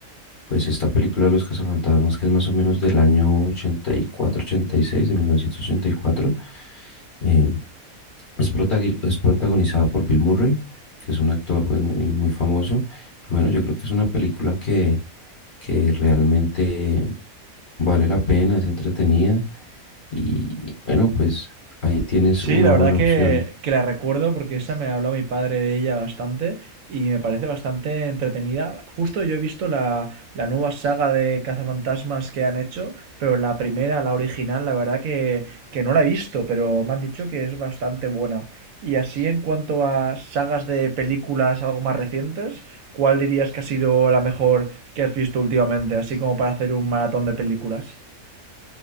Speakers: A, on the left; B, on the right.
A: pues esta película de Los Cazafantasmas, que es más o menos del año ochenta ochenta y cuatro ochenta y seis de 1984, eh, es, protagoni- es protagonizada por Bill Murray, que es un actor pues, muy, muy famoso. Y bueno, yo creo que es una película que que realmente vale la pena, es entretenida y bueno, pues ahí tienes
B: Sí,
A: una
B: la
A: buena
B: verdad que,
A: opción.
B: que la recuerdo porque esa me ha hablado mi padre de ella bastante y me parece bastante entretenida. Justo yo he visto la, la nueva saga de cazafantasmas que han hecho, pero la primera, la original, la verdad que, que no la he visto, pero me han dicho que es bastante buena. Y así en cuanto a sagas de películas algo más recientes, ¿cuál dirías que ha sido la mejor que has visto últimamente? Así como para hacer un maratón de películas.